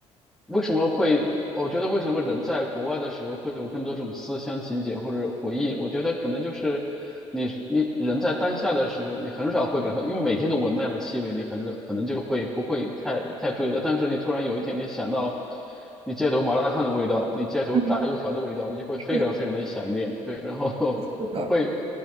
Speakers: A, in the centre; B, on the right.
A: 为什么会？我觉得为什么人在国外的时候会有更多这种思乡情结或者回忆？我觉得可能就是你你人在当下的时候，你很少会感受，因为每天都闻那样的气味，你很可能就会不会太太注意了。但是你突然有一天，你想到你街头麻辣烫的味道，你街头炸油条的味道，
B: 嗯，
A: 你就会非常非常的想念。
B: 是
A: 对，然后 <laughs>
B: 是的。
A: 会